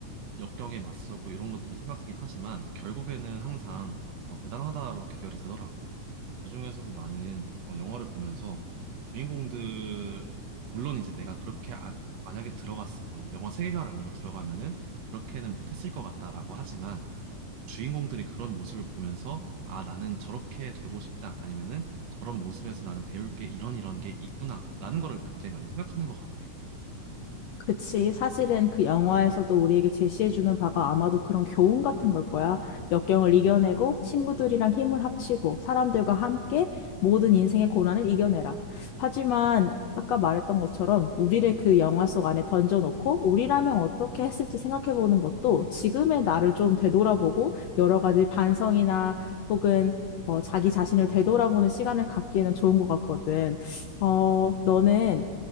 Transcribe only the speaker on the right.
역경에 맞서고 이런 것들을 생각하긴 하지만 결국에는 항상 어, 대단하다로 귀결이 되더라고. 그중에서도 나는 어, 영화를 보면서 주인공들 물론 이제 내가 그렇게 안- 만약에 들어갔으면은 영화 세계관 안으로 들어가면은 그렇게는 못했을 것 같다라고 하지만 주인공들이 그런 모습을 보면서 아 나는 저렇게 되고 싶다 아니면은 저런 모습에서 나는 배울 게 이런 이런 게 있구나라는 거를 굉장히 많이 생각하는 것 같아.